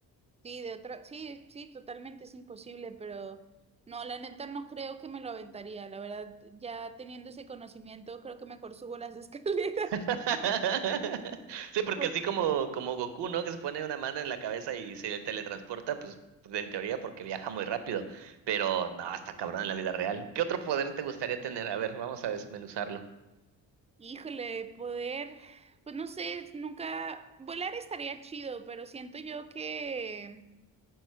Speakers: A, on the right; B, on the right.
A: Sí, de otra, sí, sí, totalmente es imposible, pero no, la neta no creo que me lo aventaría. La verdad, ya teniendo ese conocimiento, creo que mejor subo las escaleras.
B: <laughs> Sí, porque
A: <laughs>
B: así como,
A: Por-
B: como Goku, ¿no? Que se pone una mano en la cabeza y se teletransporta, pues pues, en teoría porque viaja muy rápido. Pero no, está cabrón en la vida real. ¿Qué otro poder te gustaría tener? A ver, vamos a desmenuzarlo.
A: Híjole, poder, pues no sé, nunca, volar estaría chido, pero siento yo que